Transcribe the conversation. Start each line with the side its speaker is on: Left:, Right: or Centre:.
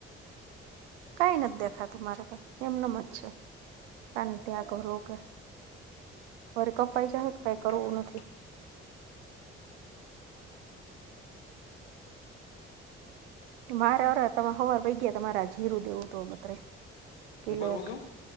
Right: કાઈ નથ દેખાતું મારે તો એમનમ જ છે. કાન ત્યાં કરું ઓકે વરી
Left: તો
Right: કપાય
Left: કોણ
Right: જાહે
Left: જાણે
Right: તો કાઈ
Left: મને
Right: કરવું
Left: ખબર
Right: નથી. મારે અરે અરે તમારા હવાર ભઈ ગયા તમારે જીરું દેવું તો બતરે કિલો
Left: હું કરવું
Right: એક.
Left: તું